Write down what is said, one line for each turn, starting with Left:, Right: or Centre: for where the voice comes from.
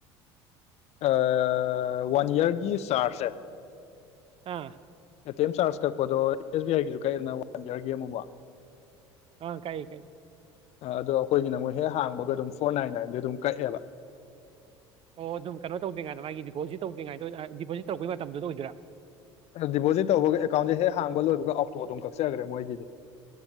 Left: ꯑ ꯋꯥꯟ ꯏꯌꯥꯔꯒꯤ ꯆꯔꯖꯦ
Right: ꯑꯥ
Left: ꯦꯝ ꯆꯥꯔꯖ ꯀꯛꯄꯗꯣ ꯑꯦꯁ ꯕꯤ ꯑꯥꯏꯒꯤꯁꯨ ꯀꯥꯏꯗꯅ ꯋꯥꯟ ꯏꯌꯔꯒꯤ ꯑꯃꯨꯛ
Right: ꯑꯥ ꯀꯥꯛꯏ ꯀꯥꯛꯏ
Left: ꯑ ꯑꯗꯣ ꯑꯩꯈꯣꯏꯒꯤꯅ ꯑꯃꯨꯛ ꯍꯦꯛ ꯍꯥꯡꯕꯒ ꯑꯗꯨꯝ ꯐꯣꯔ ꯅꯥꯏꯟ ꯅꯥꯏꯟꯗ ꯑꯗꯨꯝ ꯀꯛꯑꯦꯕ
Right: ꯑꯣ ꯑꯗꯨꯝ ꯀꯩꯅꯣ ꯇꯧꯗꯔ꯭ꯤ ꯀꯥꯟꯗ ꯃꯥꯒꯤ ꯗꯤꯄꯣꯖꯤꯠ ꯇꯧ ꯉꯥꯏꯗ ꯗꯤꯄꯣꯖꯤꯠ ꯇꯧꯔꯛꯄꯩ ꯃꯇꯝꯗꯨꯗ ꯑꯣꯏꯗꯣꯏꯔꯥ
Left: ꯑꯗꯣ ꯗꯤꯄꯣꯖꯤꯠ ꯇꯧꯕꯒ ꯑꯦꯀꯥꯎꯟꯁꯦ ꯍꯦꯛ ꯍꯥꯡꯕ ꯂꯣꯏꯕꯒ ꯑꯣꯛꯇꯣ ꯑꯗꯨꯝ ꯀꯛꯆꯈ꯭ꯔꯦ ꯃꯣꯏꯒꯤꯗꯤ